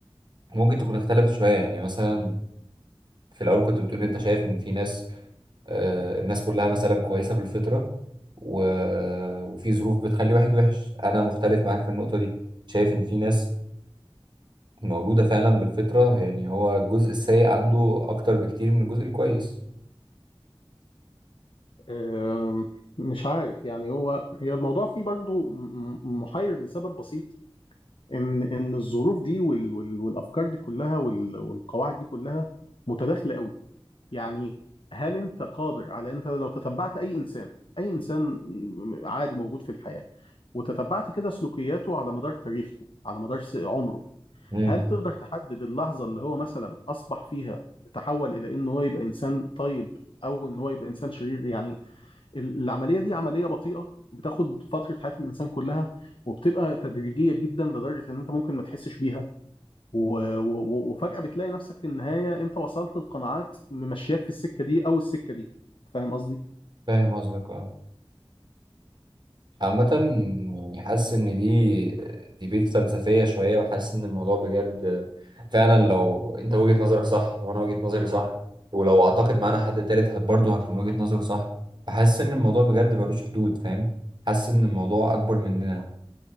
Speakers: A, on the right; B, on the left.
A: ممكن تكون اختلفت شوية يعني مثلا في الاول كنت بتقول انت شايف ان في ناس آه الناس كلها مثلا كويسة بالفطرة و... وفي ظروف بتخلي واحد وحش انا مختلف معاك في النقطة دي شايف ان في ناس مولودة فعلا بالفطرة يعني هو الجزء السيء عنده اكتر بكتير من الجزء الكويس
B: أم، مش عارف يعني هو هي الموضوع فيه برضو م- م- محير لسبب بسيط ان ان الظروف دي وال- وال- والافكار دي كلها وال- والقواعد دي كلها متداخله قوي. يعني هل انت قادر على انت لو تتبعت اي انسان اي انسان عادي موجود في الحياة وتتبعت كده سلوكياته على مدار تاريخه على مدار س- عمره
A: امم
B: هل تقدر تحدد اللحظة اللي هو مثلا اصبح فيها تحول الى ان هو يبقى انسان طيب او ان هو يبقى انسان شرير يعني ال- العملية دي عملية بطيئة بتاخد فترة حياة الانسان كلها وبتبقى تدريجية جدا لدرجة ان انت ممكن ما تحسش بيها و- و- و- وفجأة بتلاقي نفسك في النهاية انت وصلت لقناعات ممشياك في السكة دي او السكة دي فاهم قصدي؟
A: فاهم قصدك اه عامة يعني حاسس إن دي ديبيت فلسفية شوية وحاسس إن الموضوع بجد فعلا لو أنت وجهة نظرك صح وأنا وجهة نظري صح ولو أعتقد معانا حد تالت هت- برضه هتكون وجهة نظره صح فحاسس إن الموضوع بجد ملوش حدود فاهم حاسس إن الموضوع أكبر مننا